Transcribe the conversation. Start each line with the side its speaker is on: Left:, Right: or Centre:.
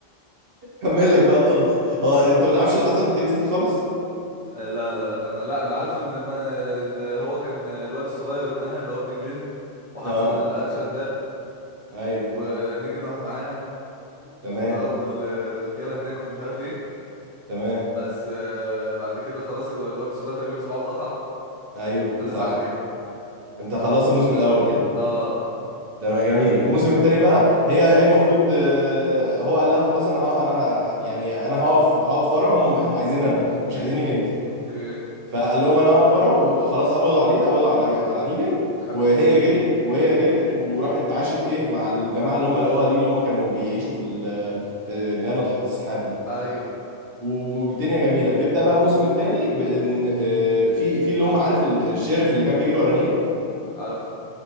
Right: كمل لك بقى خلاص هو انت ما تعرفش اللي حصل في ديد سيتي خالص
Left: آه لا لا لا انا لا اللي عارفه ان ما اللي هو كان الواد الصغير ابنها اللي هو ابن جلين وحصل
Right: اه
Left: الاكشن ده
Right: ايوه
Left: ونيجن راح معاها
Right: تمام
Left: وضربوا الرجاله هناك ومش عارف ايه
Right: تمام
Left: بس آه بعد كده خلاص ال- الواد الصغير تقريبا صباعه اتقطع
Right: ايوه
Left: وخلص
Right: صح
Left: على كده
Right: انت خلصت الموسم الاول كده
Left: اه
Right: تمام جميل الموسم الثاني بقى هي هي المفروض آه، هو قال لها خلاص انا ها انا ه- يعني انا هقف هقف ورا هم هم عايزيني انا مش عايزينك انت
Left: اوكي
Right: فقال لهم انا هقف ورا وخلاص قبضوا عليه قبضوا على على نيجن
Left: خدوا
Right: وهي
Left: نيجن
Right: جريت وهي
Left: خدوا
Right: جريت
Left: نيجن
Right: وراحت اتعاشت ايه مع الجماعه اللي هم لقوها دي اللي هم كانوا بيعيشوا في ال- في اللي هي ناطحات السحاب دي
Left: ايوه
Right: والدنيا جميله بيبدا بقى الموسم الثاني بان آه، في في اللي هم عارف ال- الشيرف اللي كان بيجري ورا نيجان
Left: عارفه